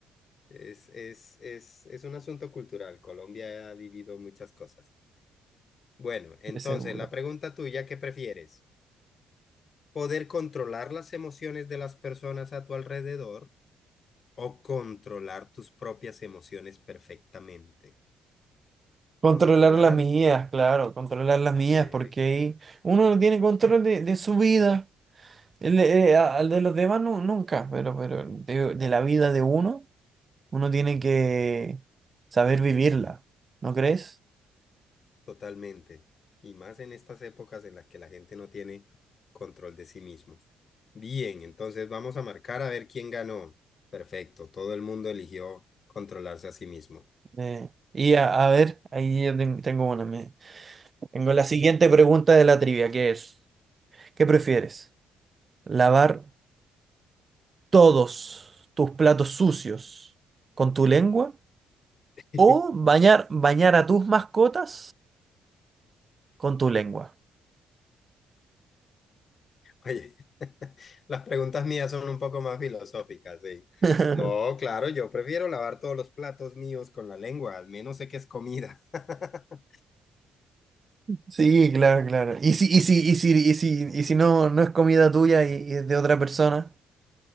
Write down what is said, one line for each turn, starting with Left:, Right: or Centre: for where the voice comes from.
Left: Es, es, es, es un asunto cultural. Colombia ha vivido muchas cosas. Bueno, entonces
Right: De seguro.
Left: la pregunta tuya, ¿qué prefieres? ¿Poder controlar las emociones de las personas a tu alrededor? O controlar tus propias emociones perfectamente.
Right: Controlar
Left: Controlar
Right: las
Left: al,
Right: mías, claro, controlar las mías,
Left: eh,
Right: porque
Left: cla-
Right: ahí uno no tiene control de, de su vida. El, eh, a- al de los demás no nunca, pero, pero de, de la vida de uno, uno tiene que saber vivirla, ¿no crees?
Left: totalmente. Y más en estas épocas en las que la gente no tiene control de sí mismo. Bien, entonces vamos a marcar a ver quién ganó. Perfecto, todo el mundo eligió controlarse a sí mismo.
Right: Eh, y a, a ver, ahí yo ten- tengo una. me- tengo la siguiente pregunta de la trivia, que es, ¿qué prefieres? ¿Lavar? todos tus platos sucios con tu lengua
Left: <laughs>
Right: o bañar, bañar a tus mascotas con tu lengua.
Left: Oye, <laughs> las preguntas mías son un poco más filosóficas, sí.
Right: <laughs>
Left: No, claro, yo prefiero lavar todos los platos míos con la lengua, al menos sé que es comida. <laughs>
Right: Sí, claro, claro. Y si, y si, y si, y si, y si no, no es comida tuya y, y es de otra persona.